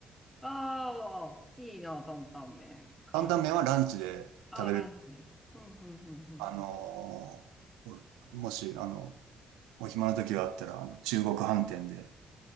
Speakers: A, in the centre; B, on the right.
A: ああ、いいな、担々麺。辛くて。
B: 担々麺はランチで食べる。
A: ああ、ランチで。うんうんうんうん。
B: あのーもし、あの、お暇な時があったら、あの、中国飯店で、